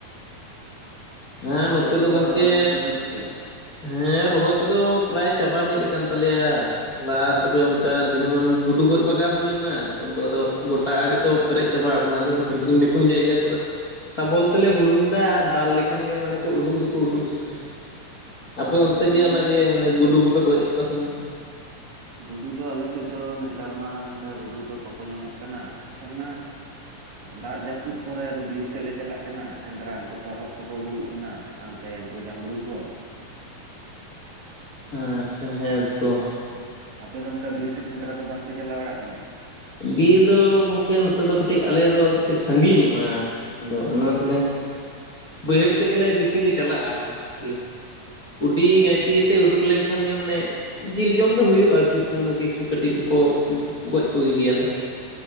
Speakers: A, on the left (about 50°); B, on the right (about 75°).
A: ᱦᱮᱸ
B: ᱟᱨ ᱟᱯᱮ
A: ᱱᱚᱛᱮ
B: ᱟᱯᱮ
A: ᱫᱚ ᱜᱚᱝᱠᱮ
B: ᱨᱚᱦᱚᱭ ᱠᱚ ᱥᱟᱹᱛ ᱮᱱ ᱛᱟᱯᱮᱭᱟ
A: ᱦᱮᱸ ᱨᱚᱦᱚᱭ ᱠᱚᱫᱚ ᱯᱨᱟᱭ ᱪᱟᱵᱟ ᱦᱮᱡ ᱟᱠᱟᱱ ᱛᱟᱞᱮᱭᱟ ᱾ ᱦᱚᱞᱟ ᱛᱚᱵᱮ ᱚᱝᱠᱟ ᱫᱤᱱᱟᱹᱢᱟᱱ ᱜᱩᱰᱩ ᱜᱚᱡ ᱵᱟᱜᱟᱣ ᱦᱩᱭ ᱞᱮᱱᱟ, ᱱᱤᱛᱚᱝ ᱫᱚ ᱟᱫᱚ ᱜᱚᱴᱟ ᱟᱲᱮ ᱛᱚᱼᱼ ᱯᱮᱨᱮᱡ ᱪᱟᱵᱟ ᱟᱠᱟᱱᱟ ᱟᱫᱚ ᱰᱷᱤᱯᱟᱹᱝ ᱰᱷᱤᱯᱟᱹᱝ ᱡᱟᱭᱜᱟ ᱠᱚᱨᱮᱜ ᱥᱟᱵᱚᱞ ᱛᱮᱞᱮ ᱦᱩᱲᱩᱝ ᱮᱫᱟ ᱟᱨ ᱫᱟᱞ ᱞᱮᱠᱷᱟᱱ ᱜᱮ ᱢᱟᱱᱮ ᱩᱰᱩᱠ ᱫᱚᱠᱚ ᱩᱰᱩᱠᱚᱜ ᱠᱟᱱᱟ ᱾ ᱟᱯᱮ
B: ᱚ
A: ᱚᱱᱛᱮ
B: ᱟᱪᱪᱷᱟ ᱟᱪᱪᱷᱟ
A: ᱜᱮ
B: ᱢᱟᱱᱮ
A: ᱚᱱᱟᱜᱮ ᱚᱱᱮ ᱜᱩᱰᱩ ᱠᱚᱯᱮ ᱜᱚᱡᱮᱜ ᱠᱚᱣᱟ ᱥᱮ ᱵᱟᱝ?
B: ᱜᱩᱰᱩ ᱫᱚ ᱟᱞᱮ ᱥᱮᱫ ᱫᱚ ᱱᱮᱛᱟᱨ ᱢᱟ ᱚᱱᱠᱟ ᱜᱩᱰᱩ ᱫᱚ ᱵᱟᱠᱚ ᱧᱟᱢᱚᱜ ᱠᱟᱱᱟ ᱾ ᱮᱱᱠᱷᱟᱱ ᱱᱟ ᱫᱟᱜ ᱡᱟᱹᱯᱩᱫ ᱯᱚᱨᱮ ᱟᱫᱚ ᱵᱤᱨ ᱥᱮᱫ ᱞᱮ ᱪᱟᱞᱟᱜ ᱠᱟᱱᱟ ᱥᱮᱸᱫᱽᱨᱟ, ᱩᱱᱠᱩ ᱛᱚᱨᱦᱚᱫ ᱠᱚᱠᱚ ᱩᱰᱩᱠᱚᱜ ᱠᱟᱱᱟ ᱾ ᱥᱟᱣ ᱛᱮ ᱩᱱᱠᱩ ᱡᱟᱢᱵᱽᱲᱩ ᱠᱚ ᱾
A: ᱟᱪᱪᱷᱟ ᱦᱮᱸᱛᱚ ᱾
B: ᱟᱯᱮ ᱫᱚ ᱚᱱᱠᱟ ᱵᱤᱨ ᱥᱮᱫ ᱥᱮᱸᱫᱽᱨᱟ ᱠᱚ ᱵᱟᱝᱯᱮ ᱪᱟᱞᱟᱣ ᱵᱟᱲᱟᱜ ᱠᱟᱱᱟ?
A: ᱵᱤᱨ ᱫᱚ ᱜᱚᱝᱠᱮ ᱱᱚᱛᱮ ᱫᱚ ᱠᱟᱹᱴᱤᱡ ᱟᱞᱮ ᱫᱚ ᱠᱟᱹᱴᱤᱡ ᱥᱟᱺᱜᱤᱧᱚᱜᱼᱟ᱾ ᱟᱫᱚ ᱚᱱᱟ ᱛᱮᱜᱮ ᱵᱟᱹᱭᱦᱟᱹᱲ ᱥᱮᱫ ᱜᱮᱞᱮ ᱵᱮᱥᱤ ᱞᱮ ᱪᱟᱞᱟᱜᱼᱟ ᱟᱨᱠᱤ᱾ ᱠᱩᱰᱤ
B: ᱚ
A: ᱜᱟᱭᱛᱤ
B: ᱟᱪᱪᱷᱟ
A: ᱟᱛᱮ ᱩᱰᱩᱠ ᱞᱮᱝ ᱠᱷᱟᱱ ᱜᱮ ᱢᱟᱱᱮ ᱡᱤᱞ ᱡᱚᱢ ᱫᱚ ᱦᱩᱭᱩᱜᱼᱟ ᱠᱤᱪᱷᱩ ᱱᱟ ᱠᱤᱪᱷᱩ ᱠᱟᱹᱴᱤᱡ ᱫᱚᱠᱚ ᱜᱚᱡ ᱠᱚᱜᱮ ᱜᱮᱭᱟᱞᱮ᱾